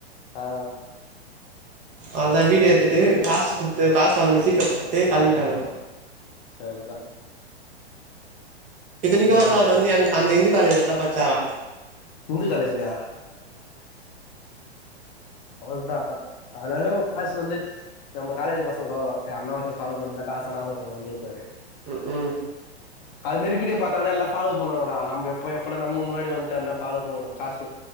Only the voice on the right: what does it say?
அவ்ள்தா வீடியோ எத்துட்டு காசு குடுத்து காசு அவனுக்கு ஜிபே பண்ட்டு கெளம்பிட்டாங்க
இத்தனிக்கு வந்து
அவரு வந்து எங்க அந்த இந்து காலேஜுலதா பச்சாரா
ம் ம்